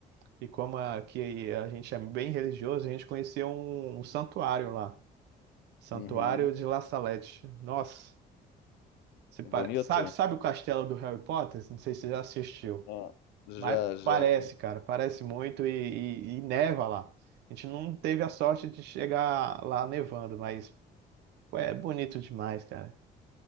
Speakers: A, on the right; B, on the left.
A: E como aqui a gente é bem religioso, a gente conhecia um, um santuário lá, Santuário
B: Uhum.
A: de La Salette. Nossa, se
B: Bonito?
A: pare- sabe, sabe o castelo do Harry Potter? Não sei se você já assistiu,
B: Ah, já,
A: mas
B: já.
A: parece, cara, parece muito e, e- e neva lá. A gente não teve a sorte de chegar lá nevando, mas pô, é bonito demais, cara.